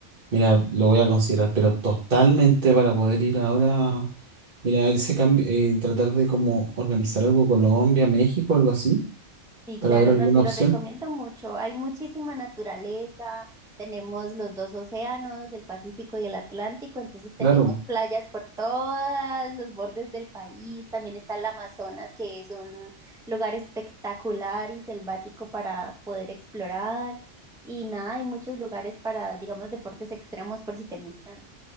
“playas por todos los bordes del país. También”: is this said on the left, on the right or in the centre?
Centre